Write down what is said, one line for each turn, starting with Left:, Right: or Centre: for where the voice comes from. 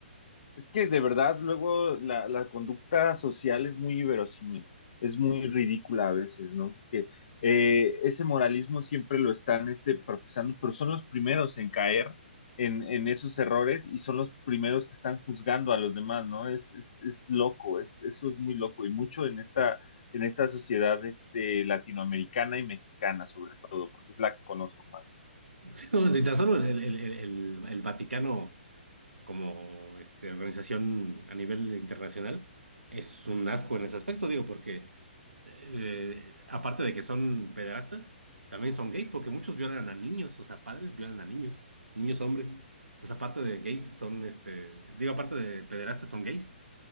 Left: es que de verdad luego la, la conducta social es muy inverosímil, es muy ridícula a veces, ¿no? Porque eh, ese moralismo siempre lo están este, profesando, pero son los primeros en caer en, en esos errores y son los primeros que están juzgando a los demás, ¿no? Es, es, es loco, es, eso es muy loco y mucho en esta, en esta sociedad este, latinoamericana y mexicana sobre todo, porque es la que conozco más.
Right: Sí, no, ni tan solo el, el- el- el- el Vaticano como este, organización a nivel internacional es un asco en ese aspecto, digo, porque eh, aparte de que son pederastas, también son gays porque muchos violan a niños, o sea, padres violan a niños, niños hombres. Entonces, aparte de gays, son este, digo, aparte de pederastas, son gays.